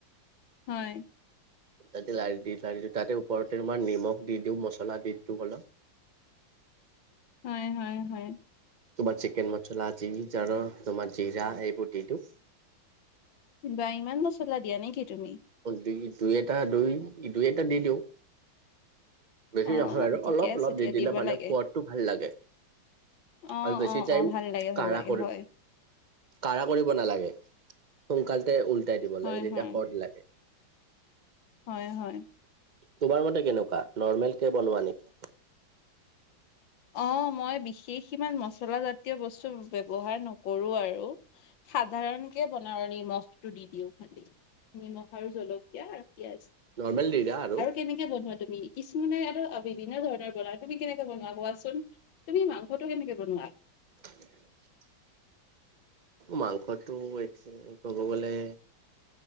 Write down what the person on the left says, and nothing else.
হয়।
হয় হয় হয়।
বা ইমান মছলা দিয়া নেকি তুমি।
অ
ঠিকে
আছে
দিয়া
দিব
লাগে
অ
অ
অ ভাল লাগে
ভাল লাগে
হয়
হয়
হয়
হয় হয়।
অ মই বিশেষ ইমান মছলা জাতীয় বস্তু ব্যৱহাৰ নকৰো আৰু সাধাৰণ কে বনাওঁ নিমখটো দি দিওঁ খালি নিমখ আৰু জলকীয়া। আৰু কেনেকে,
কেনেকে বনোৱা তুমি কিছুমানে আৰু বিভিন্ন ধৰণৰ বনোৱা তুমি কেনেকে বনোৱা কোৱাচোন। তুমি মাংসটো কেনেকে বনোৱা।